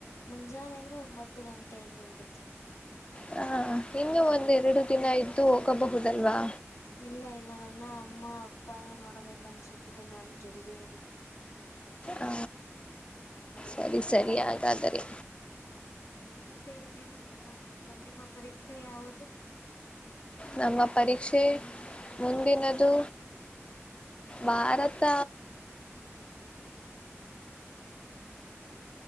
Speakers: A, on the left; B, on the left.
A: ಮುಂಜಾನೆ ಅಂದ್ರೆ ಒಂಬತ್ತು ಗಂಟೆಗೆ ಹೋಗುತ್ತೆ
B: ಹಾ ಇನ್ನು ಒಂದೆರಡು ದಿನ ಇದ್ದು ಹೋಗಬಹುದಲ್ವಾ
A: ಇಲ್ಲ ಇಲ್ಲ ನನ್ನ ಅಮ್ಮ ಅಪ್ಪನ ನೋಡಬೇಕ ಅನ್ಸುತ್ತಿದೆೆ ನಾನು ಜಲ್ದಿ ಹೋಗುತ್ತೇನೆ
B: ಆ, ಸರಿ ಸರಿ ಹಾಗಾದರೆೆ
A: ಮತ್ ತ್ತೇ ಇನ್ನೇನು ಸಮಾಚರ ನಿಮ್ಮ ಪರೀಕ್ಷೆ ಯಾವುದು
B: ನಮ್ಮ ಪರೀಕ್ಷೆ ಮುಂದಿನದು ಭಾರತ